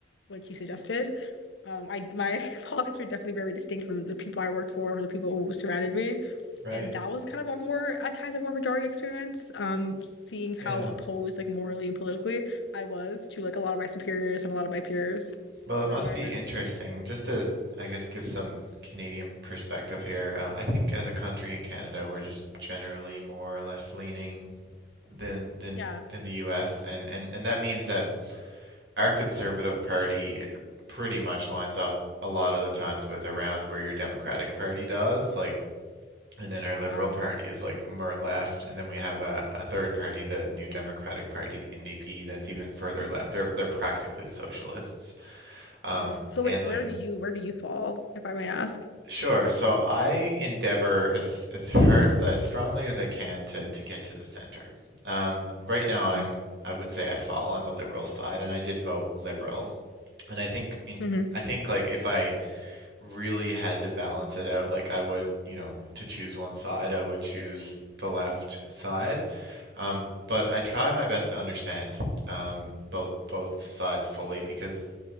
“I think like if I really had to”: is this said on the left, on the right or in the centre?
Right